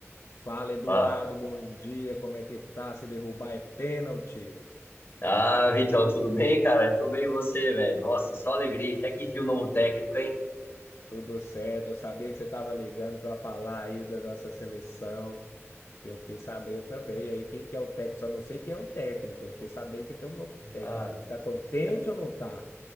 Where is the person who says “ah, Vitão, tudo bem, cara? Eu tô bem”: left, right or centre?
Left